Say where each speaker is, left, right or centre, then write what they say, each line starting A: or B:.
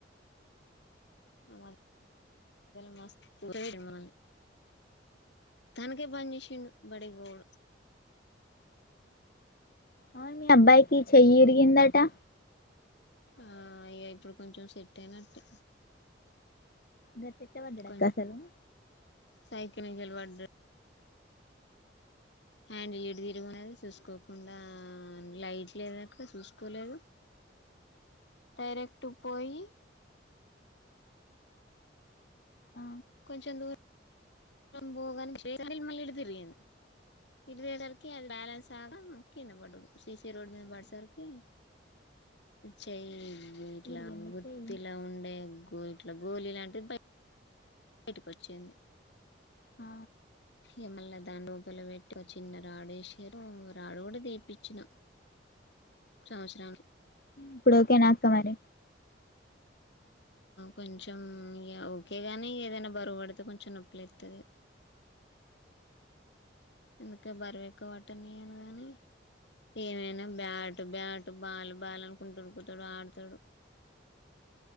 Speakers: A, on the left; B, on the left.
A: అవు లు మస్త ప మనని తనకే పని చేసిడు బడికి పోడు
B: అవును మీ అబ్బాయికి చెయ్యరిగిందట్ ట్ట
A: ఆ అయ్యా ఇప్పుడు కొంచెం సెట్ అయినట్టే
B: గట్ల ఎట్ల పడ్డడు
A: కొంచ
B: అక్క అసలు
A: సైకిలి చలవాడు హ్యాండిల్ ఇ తిరునేది చూసుకోకుండా లైట్ లేదు అక్కడ చూసుకోలేదు డైరెక్ట్ పోయి
B: ఆ
A: కొంచెం దూరం పోగా మళ్ళీ ఇ తిరిగింది ఇడి తరికి అది బ్యాలెన్స్ ఆగా కింద పడడు ససీ రోడ్ మీద పడ సరికి చెయ్య ఇట్లా
B: ఇరిగిందా
A: గుత్తిలా
B: చెయ్యి
A: ఉండే అట్లా గోళ లాంటిది బయటకొచ్చింది
B: ఆ
A: ము మళ్ళ దాని రూపలు పెట్టి ఒక చిన్న రాడు వేసారు రాడు కూడా దపిచ్చిన సంవత్సరం
B: ఇప్పుడు ఓకే నాక్క మరి
A: కొంచెం ఇ ఓకే కానీ ఏదైనా బరువు పడితే కొంచెం నొప్పులు లేస్తాది ఎందుకే బరవెక్క పట్టని అను గాని ఏమైనా బ్యాట్ బ్యాట్ బాలు బాల్ అనుకుంటూరుకుతాడు ఆడతాడు